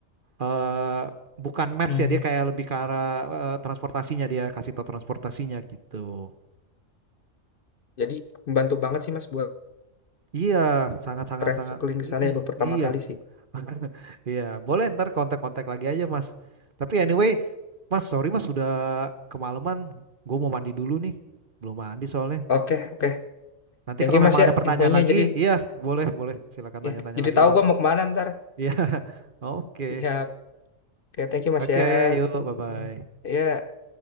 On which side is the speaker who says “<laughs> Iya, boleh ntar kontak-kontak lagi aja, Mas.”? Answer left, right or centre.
Right